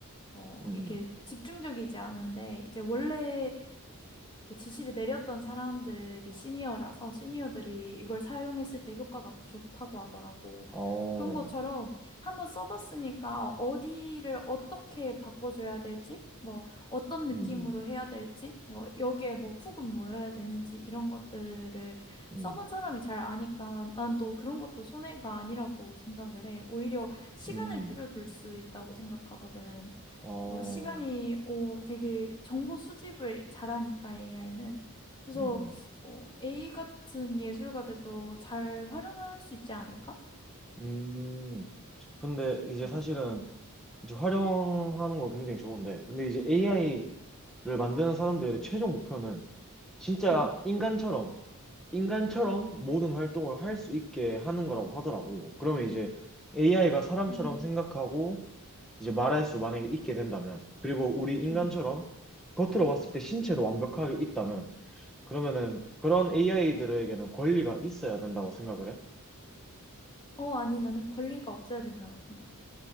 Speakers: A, on the left; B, in the centre.
A: 뭐
B: 음, 음,
A: 이렇게
B: 음.
A: 집중적이지 않은데 이제 원래 이렇게 지시를 내렸던 사람들이 시니어라서 시니어들이 이걸 사용했을 때 효과가 더 좋다고 하더라고.
B: 어,
A: 그런 것처럼 한 번 써봤으니까 어디를 어떻게 바꿔줘야 될지, 뭐 어떤 느낌으로
B: 음, 음,
A: 해야 될지, 뭐 여기에 뭐 훅은 뭐여야 되는지 이런 것들을
B: 음,
A: 써본 사람이 잘 아니까 난 또 그런 것도 손해가 아니라고 생각을 해. 오히려 시간을
B: 음,
A: 줄여줄
B: 음.
A: 수 있다고 생각하거든.
B: 어,
A: 뭐 시간이 어 되게 정보 수집을 잘하니까 AI는 그래서
B: 음, 음.
A: 어, A 같은 예술가들도 잘 활용할 수 있지 않을까?
B: 음, 근데 이제
A: 음,
B: 사실은 이제 활용하는 거 굉장히 좋은데. 근데 이제 AI를
A: 음,
B: 만드는 사람들의 최종 목표는 진짜
A: 음,
B: 인간처럼, 인간처럼 모든 활동을 할 수 있게 하는 거라고 하더라고. 그러면 이제 AI가 사람처럼
A: 음,
B: 생각하고 이제 말할 수 만약에 있게 된다면, 그리고 우리 인간처럼
A: 음.
B: 겉으로 봤을 때 신체도 완벽하게 있다면, 그러면은 그런 AI들에게는 권리가 있어야 된다고 생각을 해.
A: 어 아니 나는 권리가 없어야 된다고 생각해.